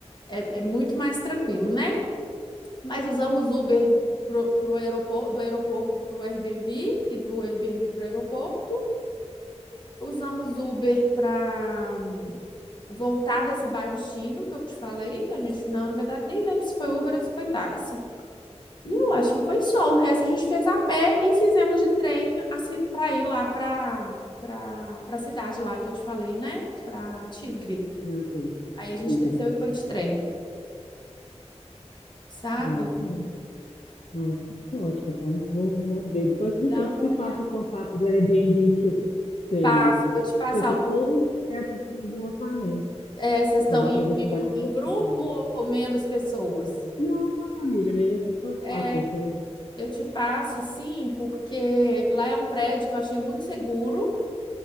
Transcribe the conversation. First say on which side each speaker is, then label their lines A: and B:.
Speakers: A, on the left; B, on the left.
A: é, é muito mais tranquilo, né? mas usamos Uber pro, pro aeroporto, do aeroporto para o Airbnb e do Airbnb para o aeroporto. Usamos Uber para voltar desse bairro chino que eu te falei. A gente, não, na verdade, nem lembro se foi Uber ou se foi táxi. E eu acho que foi só. O resto a gente fez a pé e fizemos de trem para ir lá para para a cidade lá que eu te falei, né? Para Tigre.
B: Ah, fez.
A: Aí a gente
B: Signo.
A: desceu e foi de trem, sabe?
B: É, que bom. Ótimo, que ótimo. Então, vou, vou ver. Depois me,
A: Dá
B: pa-
A: uma
B: me passa
A: olhada.
B: o contato do Airbnb que você, fi- que você,
A: Passa, vou te passar
B: você ficou
A: o link.
B: e quero ver do orçamento.
A: É, vocês estão
B: Dá
A: indo
B: para ver se
A: em,
B: vale
A: um,
B: a pena
A: em
B: o
A: grupo
B: apartamento.
A: ou, ou menos pessoas?
B: Não, só família mesmo, só as
A: É,
B: quatro pessoas.
A: eu te passo, sim, porque lá é um prédio que eu achei muito seguro.